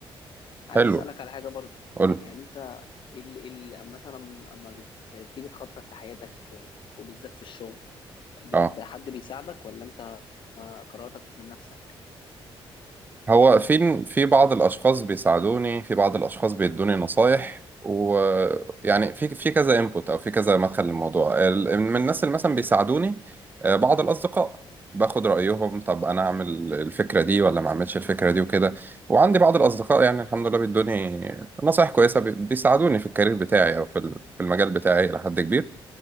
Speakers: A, on the left; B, on the right.
A: عايز
B: حلو
A: اسالك على حاجه برضو
B: قول
A: يعني انت ال ال مثلا اما بت- بتيجي تخطط لحياتك آه، وبالذات في الشغل بت
B: اه
A: حد بيساعدك ولا انت قراراتك من نفسك
B: هو في في بعض الاشخاص بيساعدوني في بعض الاشخاص بيدوني نصايح ويعني في في كذا انبوت او في كذا مدخل للموضوع ال- من الناس اللي مثلا بيساعدوني آه، بعض الاصدقاء باخد رايهم طب انا اعمل الفكره دي ولا ما اعملش الفكره دي وكده وعندي بعض الاصدقاء يعني الحمد لله بيدوني نصايح كويسه بي- بيساعدوني في الكارير بتاعي او في ال- في المجال بتاعي الى حد كبير